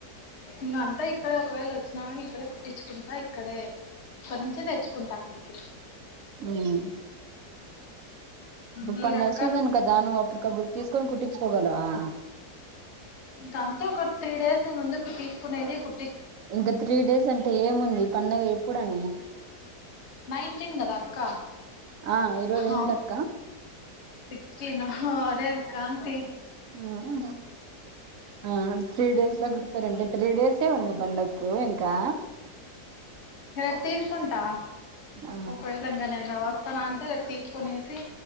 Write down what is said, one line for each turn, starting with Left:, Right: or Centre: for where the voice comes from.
Left: ఇంగా అంతా ఇక్కడే ఒకవేళ వచ్చినా కాని ఇక్కడే కుట్టించుకుంటా ఇక్కడే ఇక్కడ నుంచే తెచ్చుకుంటా అక్కడికి
Right: ఉమ్, ఇప్పుడు
Left: మీరక్క
Right: పండగ సీజన్ కదా నువ్వు అప్పుడుకప్పుడు తీసుకొని కుట్టించుకోగలవా
Left: ఇంక అంతే ఒక త్రీ డేస్ ముందు ఇప్పుడు తీసుకునేది కు
Right: ఇంకా త్రీ డేస్ అంటే ఏముంది పండగ ఎప్పుడని
Left: నైన్టీన్ కదా అక్క
Right: ఆ ఈరోజు ఎంతక్క
Left: ఆ సిక్స్టిన్ అదే కాన్ తీ
Right: ఆహా హా ఆ త్రీ డేస్ లో కుడతారండి త్రీ డేస్ అటే ఉంది పండక్కు ఇంకా
Left: రేపు తీసుకుంటా
Right: ఆ
Left: ఒక వేళ ఇంగ నేను రావ స్తానంటే రేపు తీసుకునేసి